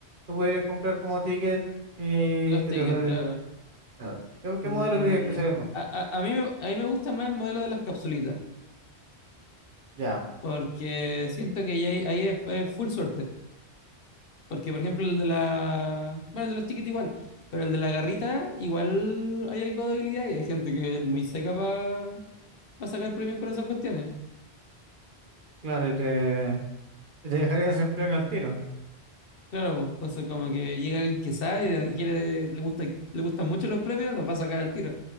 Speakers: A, on the right; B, on the left.
A: tú pudieras comprar como ticket y
B: Los
A: que
B: tickets,
A: te salieron
B: claro.
A: Claro. ¿Qué, qué
B: Mm,
A: modelo crees que sería el mejor?
B: a, a- a mí, me- a mí me gusta más el modelo de las capsulitas,
A: Ya.
B: porque siento que ya ahí, ahí es, es full suerte. Porque, por ejemplo, el de la... Bueno, el de los tickets igual, pero el de la garrita igual hay algo de habilidad y hay gente que es muy seca para sacar premios con esas cuestiones.
A: Claro, y te, y te dejarían sin premio al tiro,
B: Claro, pues, entonces como que llega alguien que sabe y de- y quiere, le gusta, le gustan mucho los premios, los va a sacar al tiro.